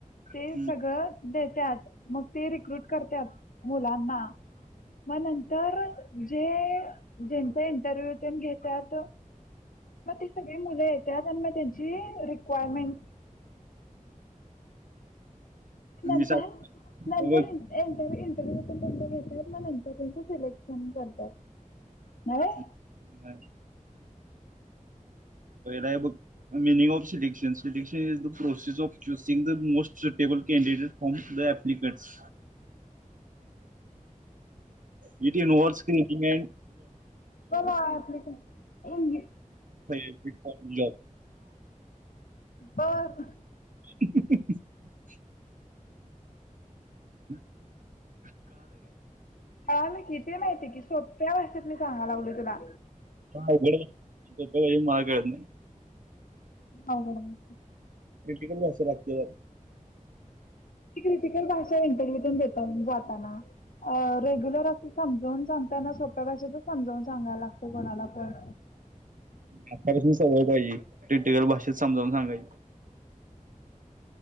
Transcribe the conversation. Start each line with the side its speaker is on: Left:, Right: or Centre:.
Left: ते
Right: माहिती
Left: सगळं देस. देत्यात मग ते रिक्रुट करत्यात. मुलांना. मग नंतर जे ज्यांचा इंटरव्ह्यू तेन घेतात. मग ती सगळी मुलं येतात. आणि मग त्याची रिक्वायरमेंट नंतर
Right: मी सांगतो
Left: नंतर
Right: बघ
Left: इंटरव्यू. घेतात मग नंतर त्यांच सिलेक्शन करतात. नव्हे
Right: हम्. बहिरा आहे बघ. Meaning of selection selection is the process of choosing the most suitable candidate from the applicant. नर्न
Left: बोला ऍप्लिकेशन इंग्लिश
Right: फॉ जॉ <unintelligible>
Left: बर.
Right: <unintelligible> ह <unintelligible>
Left: कळाल की ते माहिती आहे की. सोप्या भाषेत मी सांगायलागलोय तुला.
Right: अवघड आहे मला कळत नाही.
Left: अवघड आहे.
Right: क्रिटिकल जास्त लागते ना.
Left: ती क्रिटिकल भाषा इंटरव्हूून देतात जातना. रेग्युलर असं समजाून सांगताना सोप्या भाषेतच समजावून सांगायला लागत कोणाला पण.
Right: आतापासून सवय पाहिजे. प्रिटिकल भाषेत समजावून सांगायची.